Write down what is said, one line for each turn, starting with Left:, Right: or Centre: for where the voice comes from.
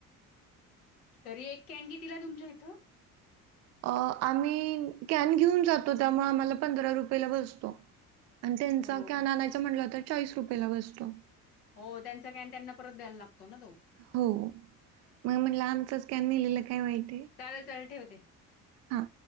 Left: तरी एक कॅन कितीला तुमच्या इथं?
Right: अ आम्ही कॅन घेऊन जातो. त्यामुळे आम्हाला पंधरा रुपयेला बसतो. आणि त्यांचा
Left: हो
Right: कॅन
Left: का
Right: आणायचा म्हटलं कां चाळीस रुपयेला बसतो.
Left: हो त्यांचा काय, आणि त्यांना परत द्यायला लागतो ना! तो.
Right: हो. मंग म्हनल आमचंच कॅन न्हेलेलं काय वाईट?
Left: चालेल चालेल ठेवते.
Right: हां.